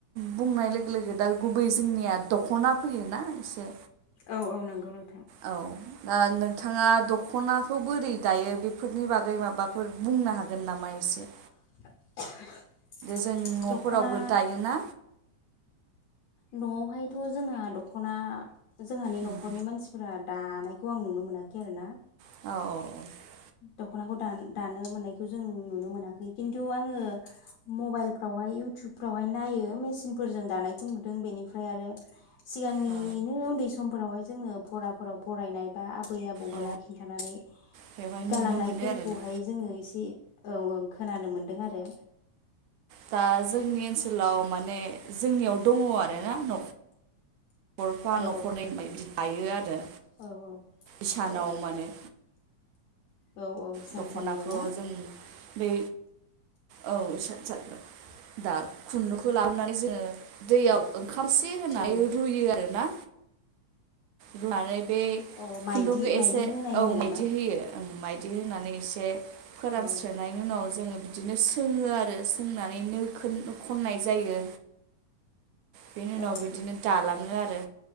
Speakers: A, on the right (about 75°); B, on the left (about 70°).
A: बुंनाय लोगो लोगो दा गुबै जोंनिया दख'ना फैयो ना एसे
B: औ औ नंगौ नों
A: औ आ नोंथाङा दख'नाखौ बोरै दायो बेफोरनि बागै माबाफोर बुंनो हागोन नामा एसे?
B: <inaudible>
A: जों न'फोरावबो
B: दख'ना
A: दायोना?
B: न'आव हायथ' जोंहा दख'ना जोंहानि
A: उम
B: न'खरनि मानसिफोरा दानायखौ आं नुनो मोनाखै आरो ना
A: औ औ औ
B: दख'नाखौ दा-दानो मोननायखौ जों नुनो मोनाखै खिन्थु आङो मबाइल फ्रावहाय इउटउबफ्रावहाय नायो। सिनफोरजों दानायखौ नुदों बेनिफ्राय आरो सिगांनिनो
A: औ
B: उन्दै सम फोरावहाय जोङो फराफोराव फरायनाय बा बै आबौमोना
A: औ
B: खिन्थानानै
A: बेवहाय
B: गालांनायफोरखौहाय
A: नुनो मोनो आरोना
B: जोङो एसे जि औ औ खोनानो मोनदों आरो
A: दा जोंनि ओनसोलाव माने जोंनियाव दङ आरोना न'खर फा
B: औ
A: न'खरनै बायदि थायो आरो
B: औ
A: इसानाव
B: औ
A: मानो
B: औ औ हिसानसालियाव
A: दखनाखौ
B: ना
A: जों बे औ इसान सालियाव। दा खुन्दुंखौ लाबोनानै जोंङो दैयाव खारसे होनानै
B: औ
A: रुयो आरो ना रुनानै बे
B: औ माइदि
A: खुन्दुंखौ
B: माइदि
A: एसे
B: होनाय
A: औ
B: होनो नामा
A: मायदि होयो। ओ माइदि दि होनानै एसे फोरानस्रोनायनि
B: औ
A: उनाव जोङो बिदिनो सोङो आरो सोंनानै नो खोन खननाय जायो। बेनि उनाव
B: औ
A: बिदिनो दालाङो आरो।